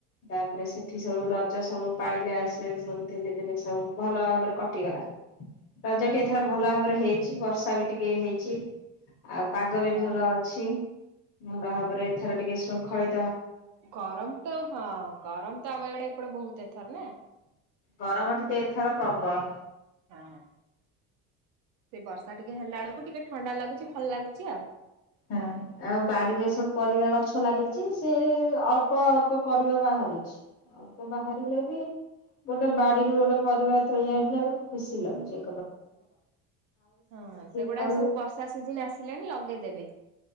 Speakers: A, on the left; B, on the right.
A: ତାପରେ ସେଠି ସବୁ ରଜ ସବୁ ପାଳିଲା ସେ ସବୁ ତିନି ଦିନି ସବୁ ଭଲ ଭାବରେ କଟିଗଲା। ରାଜାଟି
B: ହଁ
A: ଏଥର ଭଲ ହେଇଛି ବର୍ଷା ବି ଟିକେ ହେଇଛି। ଚି ଆଉ ପାଗ ବି
B: ହଁ
A: ଭଲ ଅଛି। ଭଲ ଭାବରେ ଏଥର ଟିକେ ଶୃଙ୍ଖଳି
B: ଗରମ ତ ହଁ ଗରମ ତ ଆମେ ଇଆଡେ ଏପଟେ ବହୁତ ତେ ଥର ନା।
A: ଗରମ ଟିକେ ଏଥର ପ୍ରବଳ।
B: ହଁ। ସେ ବର୍ଷା ଟିକେ ହେଲା ବେଳକୁ ଟିକେ ଥଣ୍ଡା ଲାଗୁଛି ଭଲ ଲାଗୁଛି ଆଉ।
A: ହଁ ଆଉ ବାଡିରେ ସବୁ ପରିବା ଗଛ ଲାଗି ଚି ସେ ଅଳ୍ପ ଅଳ୍ପ ପରିବା ବାହାରୁଛି। ବାହାରିଲେ ବି ଗୋଟେ ବାଡିରୁୁ ଗୋଟେ ପରିବା ତୋଳି ଆଣିଲେ ଖୁସି ଲାଗଛି ଆ
B: ହଁ ସେଗୁଡା
A: ପରିବା
B: ସବୁ ବର୍ଷା ସିଜିିନ ଆସିଲାଣି ଲଗେଇଦେବେ।